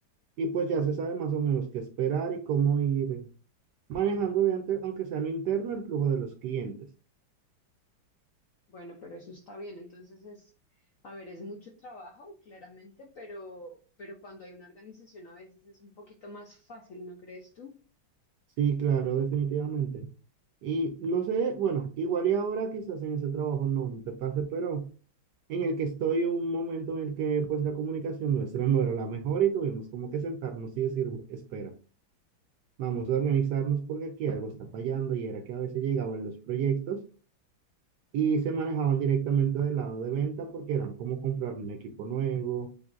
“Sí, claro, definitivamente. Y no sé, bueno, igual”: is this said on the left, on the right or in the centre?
Right